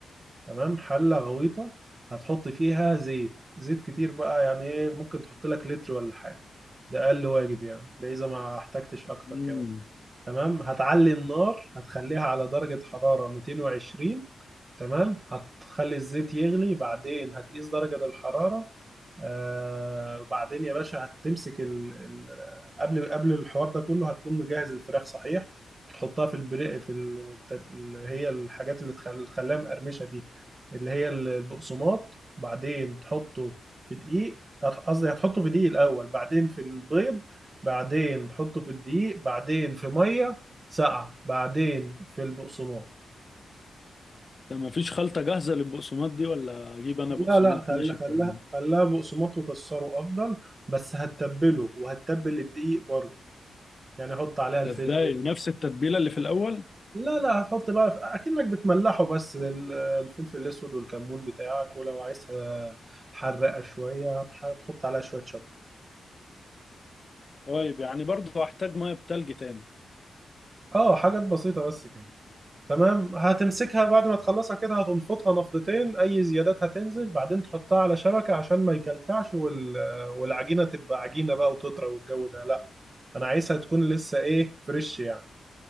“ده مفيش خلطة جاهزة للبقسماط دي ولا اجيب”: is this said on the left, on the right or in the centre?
Left